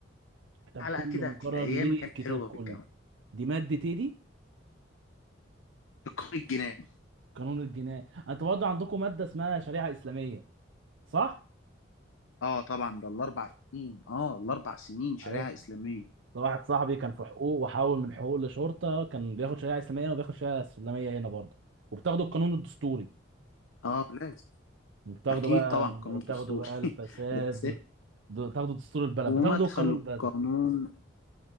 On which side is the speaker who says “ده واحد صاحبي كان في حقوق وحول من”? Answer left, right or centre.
Right